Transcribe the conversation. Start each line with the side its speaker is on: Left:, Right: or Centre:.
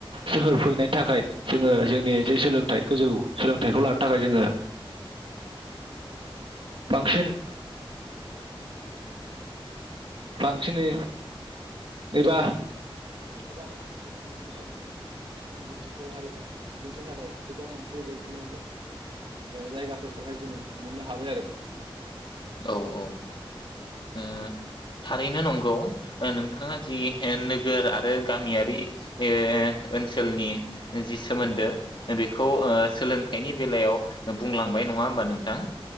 Right: सोहोर फैनायनि थाखाय जोङो जोंनि जे सोलोंथाइ गोजौ सोलोंथाइखौ लानो थाखाय जोङो बांसिन बांसिनै एबा गोबां रदिनो गावनि रोंगौथिखौहाय दिन्थिनो थाखाय गोबां मोनसे बेदिनो जायगाफोरखौहाय जोङो मोननो हाबाय आरो
Left: औ औ उम थारैनो नंगौ नोंथाङा जि नोगोर आरो गामियारि ओ ओनसोलनि जि सोमोन्दो बेखौ ओ सोलोंथाइनि बेलायाव बुंलांबाय नङा होमबा नोंथाङा